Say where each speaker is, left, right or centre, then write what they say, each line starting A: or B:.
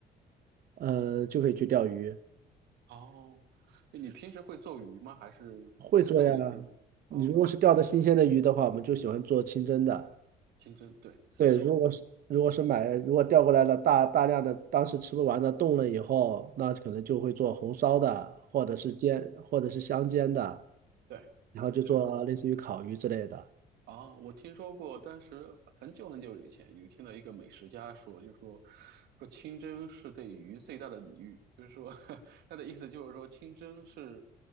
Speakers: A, on the right; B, on the right.
A: 呃，就可以去钓鱼，
B: 哦，你平时会做鱼吗？还是还是肉类偏多？
A: 会做呀。
B: 哦，
A: 你如果是钓的新鲜的鱼的话，我们就喜欢做清蒸的。
B: 清蒸，对，
A: 对，
B: 没错，
A: 如果是如果是买，如果钓过来了大大量的，当时吃不完的冻了以后，那可能就会做红烧的，或者是煎，或者是香煎的，
B: 对，
A: 然后就做类似于烤鱼之类的。
B: 是。啊，我听说过，当时很久很久以前有听到一个美食家说，就说说清蒸是对鱼最大的礼遇，就是说 <laughs> 他的意思就是说清蒸是